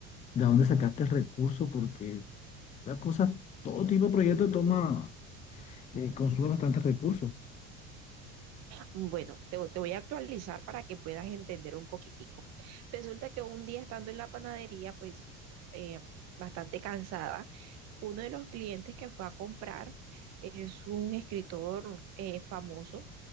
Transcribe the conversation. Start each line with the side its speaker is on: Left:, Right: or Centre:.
Left: ¿De dónde sacaste el recurso? Porque las cosas, todo tipo de proyecto toma, eh, consume bastantes recursos.
Right: Bueno, te, te voy a actualizar para que puedas entender un poquitico. Resulta que un día estando en la panadería, pues eh, bastante cansada, uno de los clientes que fue a comprar es un escritor eh, famoso